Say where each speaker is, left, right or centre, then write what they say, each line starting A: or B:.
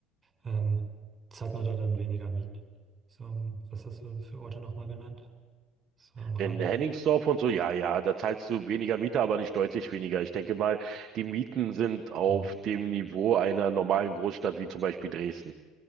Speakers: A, on the right; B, on the right.
A: Ähm, jetzt hat man da dann weniger Mieten. So, ähm, was hast du für Orte nochmal genannt? So am Rande.
B: In Hennigsdorf und so, ja, ja, da zahlst du weniger Miete, aber nicht deutlich weniger. Ich denke mal, die Mieten sind auf
A: Hm.
B: dem Niveau einer normalen Großstadt wie zum Beispiel Dresden.